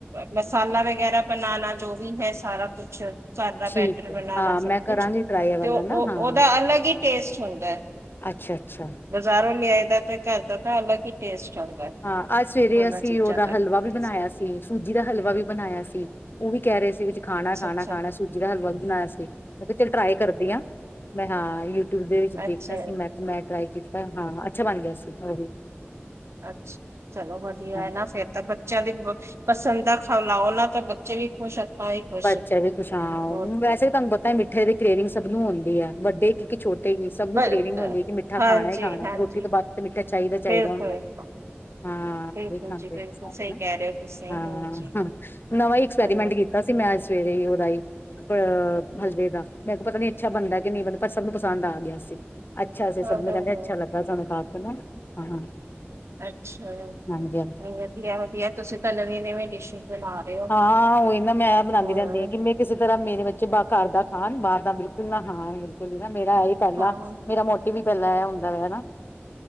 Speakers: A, on the right; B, on the left.
A: ਮਸਾਲਾ ਵਗੈਰਾ ਬਣਾਉਣਾ ਜੋ ਵੀ ਹੈ ਸਾਰਾ ਕੁਛ ਸਾਦਾ
B: ਠੀਕ
A: ਬੈਟਰ
B: ਹੈ
A: ਬਣਾਉਣਾ
B: ਹਾਂ
A: ਸਭ
B: ਮੈਂ ਕਰਾਂਗੀ
A: ਕੁਛ
B: ਟਰਾਈ ਵਾਲਾ
A: ਤੇ ਉਹਦਾ
B: ਨਾ ਹਾਂ
A: ਅਲਗ ਹੀ ਟੇਸਟ ਹੁੰਦਾ ਹੈ
B: ਅੱਛਾ ਅੱਛਾ
A: ਬਜ਼ਾਰੋਂ ਲਿਆਏ ਦਾ ਤੇ ਘਰ ਦਾ ਤਾਂ ਅਲਗ ਹੀ ਟੇਸਟ ਹੈ
B: ਹਾਂ ਅੱਜ ਸਵੇਰੇ
A: ਦੋਨਾਂ
B: ਅਸੀਂ
A: ਚੀਜ਼ਾਂ
B: ਉਹਦਾ
A: ਦਾ
B: ਹਲਵਾ ਵੀ
A: ਅੱਛਾ
B: ਬਣਾਇਆ ਸੀ ਤੇ ਸੂਜੀ ਦਾ ਹਲਵਾ ਵੀ ਬਣਾਇਆ ਸੀ ਉਹ ਵੀ ਕਹਿ ਰਹੇ ਸੀਗੇ ਖਾਣਾ ਖਾਣਾ
A: ਅੱਛਾ
B: ਖਾਣਾ ਸੂਜੀ ਦਾ ਹਲਵਾ ਵੀ ਬਣਾਇਆ ਸੀ ਮੈਂ ਚੱਲ ਟਰਾਈ ਕਰਦੀ ਹਾਂ। ਮੈਂ ਹਾਂ ਯੂਟਿਊਬ ਦੇ ਵਿੱਚ
A: ਅੱਛਾ
B: ਦੇਖਿਆ ਸੀ ਮੈਂ ਮੈਂ ਟ੍ਰਈ ਕੀਤਾ ਹਾਂ ਅੱਛਾ ਬਣ ਗਿਆ ਸੀ ਉਹ ਵੀ
A: ਅੱਛਾ ਚਲੋ ਵਧੀਆ
B: ਹਾਂਜੀ
A: ਹੈ ਨਾ ਫੇਿਰਰ ਤਾਂ ਬੱਚਿਆਂ ਦੀ ਪਸੰਦ ਦਾ ਖਾ ਲਾਓ ਨਾ ਤਾਂ ਬੱਚੇ ਵੀ ਖੁਸ਼ ਆਪਾਂ ਵੀ ਖੁਸ਼
B: ਬੱਚਾ ਵੀ ਖੁਸ਼ ਹਾਂ
A: ਹੋਰ ਕੀ
B: ਵੈਸੇ ਵੀ ਤੁਹਾਨੂੰ ਪਤਾ ਮਿੱਠੇ ਦੀ ਗ੍ਰੇਵਿੰਗ ਸਭ ਨੂੰ ਆਉਦੀ ਹੈ ਵੱਡੇ ਕਿਉਕ ਛੋ ਤੇ ਸਭ ਨੂੰ
A: ਬ-
B: ਕਰੇਵਿੰਗ ਹੁੰਦੀ ਹੈ ਕਿ ਮਿੱਠਾ
A: ਹਾਂਜੀ
B: ਖਾਣਾ ਹੀ ਖਾਣਾ
A: ਹਾਂਜੀ
B: ਰੋਟੀ ਤੋਂ ਬਾਅਦ ਮਿੱਠਾ ਚਾਹੀਦਾ ਚਾਹੀਦਾ
A: ਬਿਲਕੁਲ
B: ਹੁੰਦਾ ਹਾਂ
A: ਬਿਲਕੁਲ
B: ਵੀ ਖਾਂਦੇ
A: ਜੀ
B: ਨੇ
A: ਬਿਲਕੁਲ
B: ਸਾਰੇ
A: ਸਹੀ ਕਹਿ ਰਹੇ ਹੋ ਤੁਸੀਂ
B: ਹਾਂ
A: ਹਾਂਜੀ
B: ਹ ਨਵਾਂ ਐਕਸਪੈਰੀਮੈਂਟ
A: ਹਾਂ
B: ਕੀਤਾ ਸੀ ਮੈਂ ਸਵੇਰੇ ਹੀ ਉਹਦਾ ਹੀ। ਅ ਹਲਵੇ ਦਾ ਮੈਂ ਕੋ ਪਤਾ ਨੀ ਅੱਛਾ ਬਣਦਾ ਕਿ ਨਹੀਂ ਬਣਦਾ ਪਰ ਸਭ ਨੂੰ ਪਸੰਦ ਆ ਗਿਆ ਸੀ ਅੱਛਾ ਅਸੀਂ
A: ਹਾਂ
B: ਸਭ ਨੂੰ ਕਹਿੰਦੇ ਅੱਛਾ ਲੱਗਾ ਸਾਨੂੰ ਖਾ ਕੇ ਨਾ ਹਾਂ
A: ਅ
B: ਹਾਂਜੀ
A: ਵਧੀਆ ਵਧੀਆ ਤੁਸੀਂ ਤਾਂ ਨਵੇ ਨਵੇਂ ਡਿਸ਼ ਬਣਾ ਰਹੇ ਹੋ
B: ਹਾਂ ਉਹੀ ਨਾ ਮੈਂ ਬਣਾਉਂਦੀ
A: ਹਾਂ
B: ਰਹਿੰਦੀ ਹ ਕਿਵੇਂ। ਇਸੇ ਤਰ੍ਹਾਂ ਮੇਰੇ ਬੱਚੇ ਘਰ ਦਾ ਖਾਣ ਬਾਹਰ ਦਾ ਬਿਲਕੁਲ ਨਾ ਖਾਣ ਬਿਲਕੁਲ ਹੀ ਬੰਦਾ ਮੇਰਾ ਇਹ। ਪਹਿਲਾਂ
A: ਹਾਂ
B: ਮੇਰਾ ਮੋਟਿਵ ਵੀ ਪਹਿਲਾਂ ਹੁੰਦਾ ਵ ਹਨਾ।